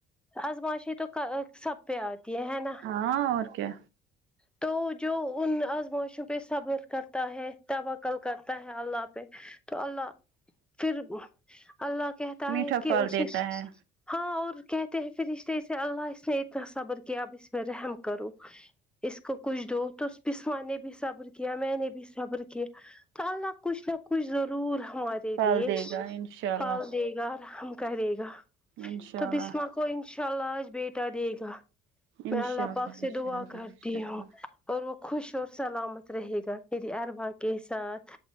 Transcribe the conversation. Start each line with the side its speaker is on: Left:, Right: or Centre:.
Centre: آزماشیئیں تو ک سب پہ آتی ہے ہے نا
Right: ہاں اور کیا
Centre: تو جو ان آزمائشوں پہ صبر کرتا ہے توکل کرتا ہے اللہ پہ تو اللہ پھر اللہ کہتا
Right: میٹھا
Centre: ہے کہ
Right: پھل
Centre: اسے
Right: دیتا
Centre: سے
Right: ہے
Centre: ہاں اور کہتے ہیں فرشتے اسے اللہ اس نے اتنا صبر کیا اب اس پہ رحم کرو اس کو کچھ دو تو اس بسما نے بھی صبر کیا میں نے بھی صبر کیا تو اللہ کچھ نہ کچھ ضرور ہمارے
Right: پھل
Centre: لیے
Right: دے گا انشاء اللہ
Centre: پھل دے گا آور ہم کرے گا
Right: انشاء
Centre: تو
Right: اللہ
Centre: بسما کو انشاء اللہ آج بیٹا دے گا
Right: انشاء
Centre: میں اللہ پاک سے
Right: انشاء
Centre: دعا
Right: اللہ
Centre: کرتی
Right: انشاء اللہ
Centre: ہوں اور وہ خوش اور سلامت رہے گا میری اروا کے ساتھ